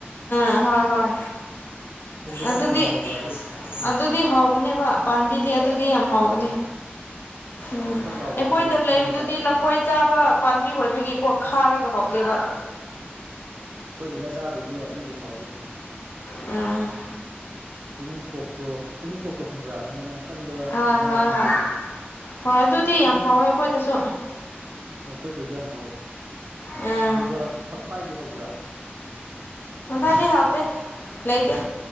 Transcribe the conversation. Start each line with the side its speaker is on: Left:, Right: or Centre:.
Left: ꯑꯥ ꯍꯣꯏ ꯍꯣꯏ
Right: ꯊꯨꯝꯕꯗꯤ
Left: ꯑꯗꯨꯗꯤ
Right: ꯌꯥꯝ ꯊꯨꯝꯕꯅꯦꯕ ꯑꯗꯨꯁꯨ ꯎꯝ
Left: ꯑꯗꯨꯗꯤ ꯍꯥꯎꯕꯅꯦꯕ ꯄꯥꯝꯕꯤꯗꯤ ꯑꯗꯨꯗꯤ ꯌꯥꯝ ꯍꯥꯎꯕꯅꯦ
Right: ꯎꯝ
Left: ꯎꯝ
Right: ꯊꯣꯠ ꯊꯣꯠ ꯂꯥꯎꯕꯅꯦꯕ
Left: ꯑꯩꯈꯣꯏꯗ
Right: ꯑꯗꯨꯝ ꯆꯤꯡꯒꯤ
Left: ꯂꯩꯕꯗꯨꯗꯤ
Right: ꯇꯥꯏꯞꯇ
Left: ꯂꯐꯣꯏ ꯆꯥꯕ ꯄꯥꯝꯕꯤ ꯑꯣꯏꯕꯒꯤꯀꯣ ꯈꯥꯔꯒ ꯍꯥꯎꯇꯦꯕ
Right: ꯈꯣꯏꯖꯤꯅ ꯆꯥꯕꯩꯗꯤ ꯌꯥꯏ ꯑꯗꯨꯏꯖꯨ ꯍꯥꯎꯋꯦ
Left: ꯎꯝ
Right: ꯇꯨꯅꯤꯡ ꯀ‌ꯣꯛꯇꯣ ꯇꯨꯅꯤꯡ ꯈ‌ꯣꯛꯇꯣ ꯈꯪꯕ꯭ꯔꯥ ꯃꯅꯝ ꯌꯥꯝ ꯀꯟꯕ
Left: ꯍꯣꯏ
Right: ꯃꯅꯥ
Left: ꯍꯣꯏ
Right: ꯑꯃꯥ
Left: ꯍꯣꯏ
Right: ꯍꯧꯕꯗ‌ꯣ
Left: ꯍꯣꯏ ꯑꯗꯨꯗꯤ ꯌꯥꯝ
Right: ꯅꯣꯏꯗꯤ
Left: ꯍꯥꯎꯋꯦ ꯑꯩꯈꯣꯏꯗꯁꯨ
Right: ꯑ‌ꯣ ꯑꯈꯣꯏꯗꯖꯨ ꯌꯥꯝ ꯍꯧꯋ‌ꯦ
Left: ꯎꯝ
Right: ꯑꯗꯨꯒ ꯐꯛꯐꯥꯏꯗꯤ ꯍꯧꯕ꯭ꯔꯥ
Left: ꯐꯛꯐꯥꯏꯗꯤ ꯍꯧꯗꯦ ꯂꯩꯇꯦ